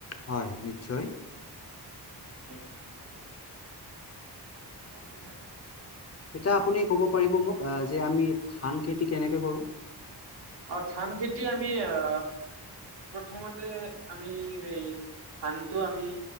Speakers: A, on the left; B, on the right.
A: হয় নিশ্চয়!
B: হেত মোক গেনানি
A: এতিয়া আপুনি কব পাৰিব মোক আহ যে আমি ধান খেতি কেনেকে কৰো?
B: অ ধান খেতি আমি আহ প্ৰথমতে আমি এই ধানটো আমি